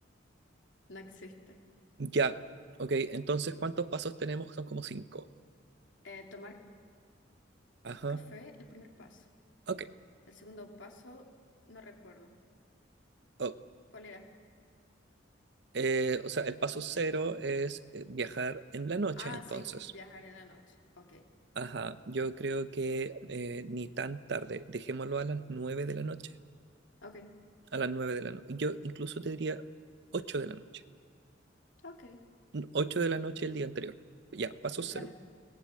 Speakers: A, on the left; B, on the right.
A: No existe.
B: Ya, ok. Entonces, ¿cuántos pasos tenemos? Son como cinco.
A: Eh, tomar
B: Ajá.
A: café, el primer paso.
B: Ok,
A: El segundo paso, no recuerdo.
B: ok.
A: ¿Cuál era?
B: Eh, o sea, el paso cero es eh, viajar en la noche,
A: Ah,
B: entonces.
A: sí, viajar en la noche. Ok,
B: Ajá, yo creo que eh, ni tan tarde, dejémoslo a las 9 de la noche,
A: ok,
B: a las 9 de la noche, yo incluso te diría ocho de la noche,
A: ok.
B: 8 de la noche el día anterior, ya, paso
A: Dale,
B: cero,